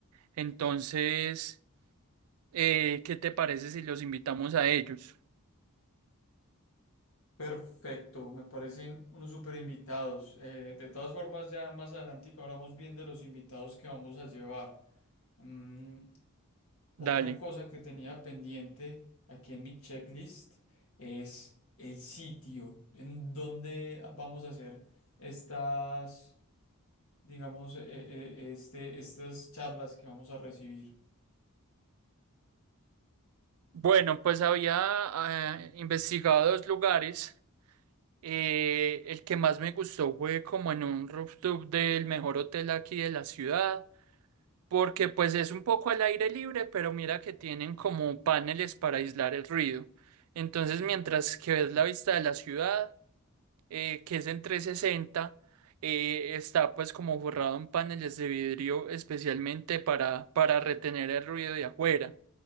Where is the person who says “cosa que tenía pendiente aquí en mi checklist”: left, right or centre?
Left